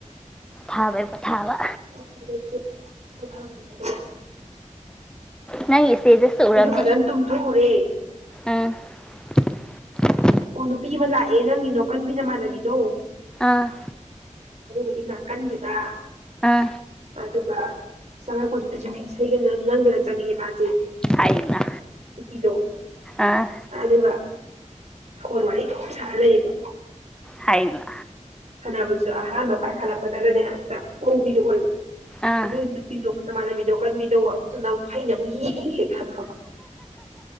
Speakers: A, in the centre; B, on the right.
A: ꯄꯣꯊꯥꯕꯩ ꯄꯣꯊꯥꯕ
B: ꯅ‌ꯣꯡ ꯐꯥꯗ‌ꯣꯛꯁꯨ ꯄ‌ꯣꯊꯕ ꯌꯥꯏ
A: ꯅꯪ ꯁꯦꯖꯁ ꯎꯔꯝꯃꯦ
B: ꯐꯖꯅ ꯇꯨꯝꯊꯣꯛꯎꯔꯦ
A: ꯎꯝ <unintelligible>
B: ꯑꯣ ꯅꯨꯄꯤ ꯑꯃ ꯂꯥꯛꯑ‌ꯦ ꯅꯪꯒꯤꯅꯣ ꯀꯟꯕꯤꯅ ꯃꯥꯅꯕꯤꯗꯣ
A: ꯑꯥ
B: ꯑꯗꯨꯗꯨꯒꯤ ꯅꯥꯀꯟꯗꯨꯗ
A: ꯑꯥ ꯑꯥ
B: ꯑꯗꯨꯒ ꯆꯪꯉꯛ ꯄꯗꯨꯗ ꯑꯩꯁꯨ ꯉꯛ ꯏꯁꯩꯒ ꯉꯪꯗꯅ ꯆꯪꯉꯦ ꯃꯥꯁꯦ
A: ꯍꯥꯏꯃ
B: ꯅꯨꯄꯤꯗ‌ꯣ
A: ꯑꯥ
B: ꯑꯗꯨꯒ ꯐ‌ꯣꯟ ꯋꯥꯔꯤ ꯑꯗꯨꯝ ꯁꯥꯔ ꯂꯩꯌꯦꯕ
A: ꯍꯥꯏꯅ
B: ꯐꯥꯟꯅꯕꯁꯨ ꯑꯍꯥꯟꯕ ꯄꯥꯏꯈꯠꯂꯛꯄꯗꯒꯅꯦ ꯍꯦꯛꯇ ꯍꯣꯡꯕꯤꯔ ꯑꯣꯏꯕ
A: ꯑꯥ
B: ꯑꯗꯨꯏ ꯅꯨꯄꯤꯗ‌ꯣ ꯃꯅꯥ ꯕꯤꯗꯣ ꯀꯟꯕꯤꯗꯣ ꯑꯗꯨꯗꯨꯅ ꯑꯃꯨꯛ ꯐꯩꯅ ꯑꯃꯨꯛ ꯌꯦꯡꯒꯦ ꯈꯂꯣꯕ